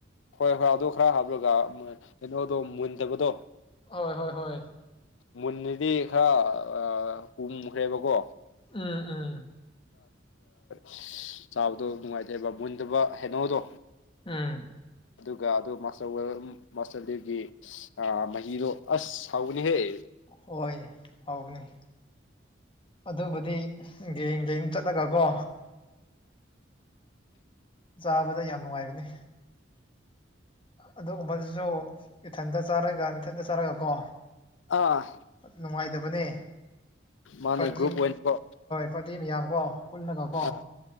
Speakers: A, on the left; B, on the left.
A: ꯍꯣꯏ ꯍꯣꯏ ꯑꯗꯣ ꯈꯔ ꯍꯥꯞꯂꯒ ꯀꯩꯅꯣꯗꯣ ꯃꯨꯟꯗꯕꯗꯣ <unintelligible>
B: ꯍꯣꯏ ꯍꯣꯏ ꯍꯣꯏ
A: ꯃꯨꯟꯅꯦꯗꯤ ꯈꯔ ꯀꯨꯝꯈ꯭ꯔꯦꯕꯀꯣ <unintelligible>
B: ꯎꯝ ꯎꯝ
A: <inaudible> ꯆꯥꯕꯗꯣ ꯅꯨꯡꯉꯥꯏꯇꯦꯕ ꯃꯨꯟꯗꯕ ꯍꯩꯅꯧꯗꯣ
B: ꯎꯝ
A: ꯑꯗꯨꯒ ꯑꯗꯨ ꯃꯥꯁꯇꯔ ꯋꯦꯜ ꯃꯥꯁꯇꯔꯗꯨꯒꯤ ꯃꯍꯤꯗꯣ ꯑꯁ ꯍꯥꯎꯕꯅꯤꯍꯦ <unintelligible>
B: ꯍꯣꯏ ꯍꯥꯎꯕꯅꯦ ꯑꯗꯨꯕꯨꯗꯤ ꯒꯦꯡꯒꯦꯡ ꯆꯠꯂꯒ ꯀꯣ ꯆꯥꯕꯗ ꯌꯥꯝ ꯅꯨꯡꯉꯥꯏꯕꯅꯦ ꯑꯗꯨꯒꯨꯝꯕꯗꯨꯁꯨ ꯏꯊꯟꯇ ꯆꯥꯔꯒ ꯏꯊꯟꯇ ꯆꯥꯔꯒꯀꯣ
A: ꯑꯥ
B: ꯅꯨꯡꯉꯥꯏꯗꯕꯅꯦ
A: ꯃꯥꯅꯦ
B: ꯄꯥꯔꯇꯤ
A: ꯒ꯭ꯔꯨꯞ ꯑꯣꯏꯅꯀꯣ
B: ꯄꯥꯔꯇꯤ ꯃꯌꯥꯝ ꯀꯣ ꯄꯨꯜꯂꯒ ꯀꯣ
A: ꯑꯥ